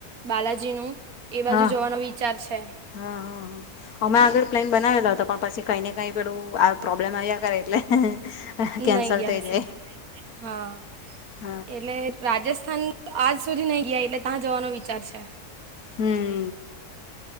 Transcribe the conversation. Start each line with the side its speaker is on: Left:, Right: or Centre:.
Right: બાલાજીનું એ બાજુ
Left: હા હા
Right: જવાનો વિચાર છે.
Left: હા હ હ હમે આગળ પ્લેન બનાવેલો હતો પણ પસી કઈ ને કઈ પેલું આ પ્રોબ્લેમ આયા કરે એટલે. હ કેન્સલ
Right: નહીં ગયા
Left: થઈ
Right: હશે
Left: જાય.
Right: હા
Left: હ હ
Right: એટલે રાજસ્થાન આજ સુધી નય ગીયા એટલે તા જવાનો વિચાર છે.
Left: હમ્મ